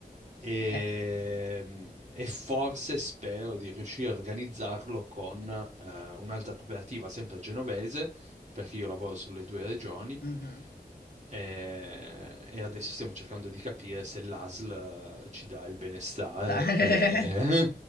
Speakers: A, on the right; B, on the left.
A: e,
B: Eh,
A: e forse spero di riuscire a organizzarlo con eh, un'altra cooperativa sempre genovese perché io lavoro sulle due regioni
B: mhm.
A: eh, e adesso stiamo cercando di capire se l'ASL ci dà il benestare
B: Ta- <laughs>
A: e,